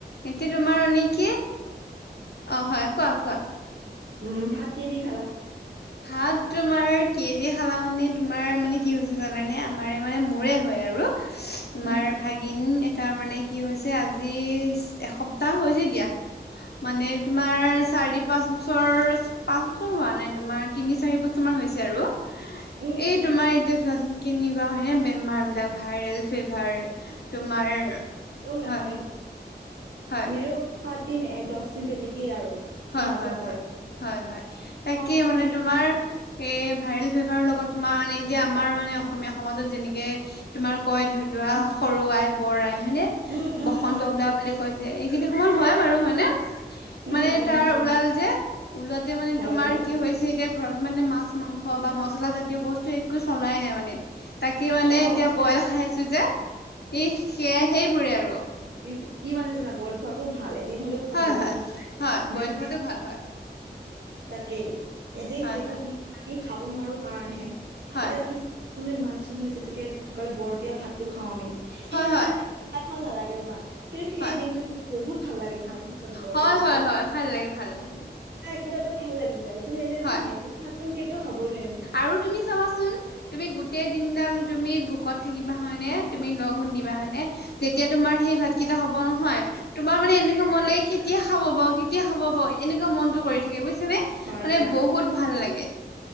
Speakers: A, on the left; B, on the right.
A: এতিয়া তোমাৰ মানে কি, অ হয় কোৱা কোৱা?
B: উম, ভাত কি দি খালা?
A: ভাত তোমাৰ কি দি খালা মানে তোমাৰ মানে কি হৈছে জানানে আমাৰে মানে মোৰে হয় আৰু তোমাৰ
B: উম
A: ভাগিন এটা মানে কি হৈছে আজি এসপ্তাহ হৈছে দিয়া। মানে তোমাৰ চাৰি -পাঁচ বছৰ পাঁচ বছৰ হোৱা নাই তোমাৰ তিনি -চাৰি বছৰ মান হৈছে আৰু
B: উম
A: এই
B: উম
A: তোমাৰ এতিয়া চোৱাচোন কেনেকোৱা হয় নে বেমাৰ বিলাক ভাইৰেল। ফিভাৰ তোমাৰ
B: ও নহয়
A: হয় হয়
B: এ সাত দিন এ দহ দিন তেনেকেই আৰু।
A: হয়
B: অহা
A: হয়
B: যোৱা
A: হয়
B: কৰে
A: হয় হয় তাকে
B: কম
A: মানে তোমাৰ
B: উম
A: এ ভাইৰেল ফেভাৰৰ লগত তোমাৰ মানে এতিয়া আমাৰ মানে অসমীয়া সমাজত যেনেকে তোমাৰ কয় ধৰি লোৱা সৰুআই, বৰ আই, হয়নে
B: উম উম
A: বসন্ত ওলোৱা বুলি কয় যে এইখিনি সময়ত হয় বাৰু হয়নে
B: উম
A: মানে
B: উম
A: তাৰ ওলাল যে ওলাতে মানে
B: হয়
A: তোমাৰ
B: দিয়া
A: কি হৈছে এতিয়া ঘৰত মানে মাছ মাংস বা মচলা জাতীয় বস্তু একো চলাই নাই মানে তাকে মানে
B: অ
A: এতিয়া বইল খায় আছো যে এই সেয়া সেইবোৰে আৰু।
B: কি কি মানে জানা বইল খোৱাটোও ভাল এদিন হলেও খাব
A: হয়
B: লাগে
A: হয়
B: গম পাইছা নে
A: হয় বইল
B: বেমাৰ
A: খোৱাটো ভাল হয়
B: তাকেই এদিন
A: হয়
B: সেইটো
A: হয়
B: আমি খাব নোৱাৰো কাৰণেহে
A: হয়
B: এতিয়া
A: হয় হয়
B: তুমি কোনে মানুহ চানুহ যেতিকে ঢুকালে বৰটীয়া ভাতটো খাওঁ আমি
A: হয়
B: সেইদিনা
A: হয়
B: ভাল নালাগে তোমাৰ কিন্তু সেই
A: হয়
B: দিনটো তুমি বহুত ভাল লাগে খাইনো বৰ
A: হয়
B: দিয়া খাবলৈ
A: হয় হয় ভাল লাগে ভাল লাগে
B: কিবা এটা ভাল লাগি যায় কিন্তু এনেতো
A: হয়
B: সেই ভাতটো কেতিয়াও খাবই নোৱাৰিম
A: আৰু তুমি চাবাচোন তুমি গোটেই দিনডাল তুমি ভোকত থাকিবা হয় নে তুমি লঘোণ দিবা হয় নে যেতিয়া তোমাৰ সেই ভাত কেইটা হব নহয় তোমাৰ মানে এনেকোৱা মন লাগে কেতিয়া খাব পাও কেতিয়া খাব পাও এনেকোৱা মনতো‌ কৰি থাকে বুইছেনে।
B: হয়
A: মানে
B: দিয়া
A: বহুত ভাল লাগে।